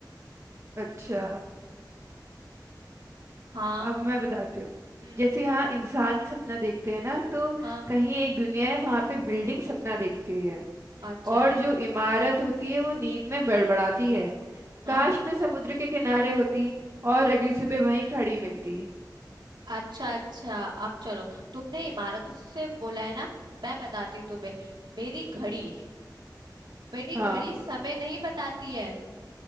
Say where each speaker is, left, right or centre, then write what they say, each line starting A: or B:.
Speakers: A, on the right; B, on the right.
A: अच्छा
B: हाँ
A: अब मैं बताती हूँ
B: हम्म
A: जैसे यहाँ इंसान सपना देखते हैं ना तो
B: हाँ
A: कहीं एक दुनिया है वहां पे बिल्डिंग सपना देखती है
B: अच्छा
A: और जो इमारत होती है वो नींद में बड़बड़ाती है
B: हाँ
A: काश मैं समुद्र के किनारे होती और अगली सुबह वहीं खड़ी मिलती
B: अच्छा अच्छा अब चलो तुमने
A: हम्म।
B: इमारतों से बोला है ना मैं बताती हूँ तुम्हें मेरी घड़ी मेरी
A: हाँ
B: घड़ी समय नहीं बताती है